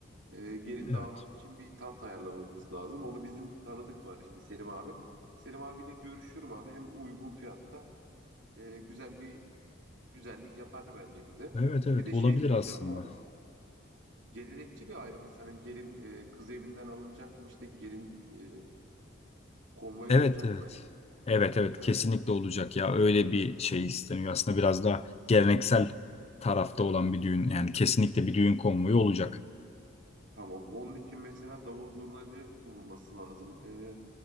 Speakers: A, on the right (about 70°); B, on the left (about 35°).
A: e, gelin
B: Evet.
A: damat için bir taht ayarlamamız lazım. Onu bizim tanıdık var işte Selim abi. Selim abiyle görüşürüm abi. Hem uygun fiyatta e, güzel bir güzellik yapar bence bize.
B: Evet evet
A: Bir de şeyi
B: olabilir
A: soracağım
B: aslında.
A: abi. Gelenekçi bir aile mi? Hani gelin e, kız evinden alınacak mı? İşte gelin e, konvoyu
B: Evet
A: olacak
B: evet.
A: mı hani?
B: Evet evet
A: E,
B: kesinlikle olacak ya. Öyle bir şey isteniyor. Aslında biraz daha geleneksel tarafta olan bir düğün. Yani kesinlikle bir düğün konvoyu olacak.
A: tamam. Onun için mesela davul zurnacı bulunması lazım. E,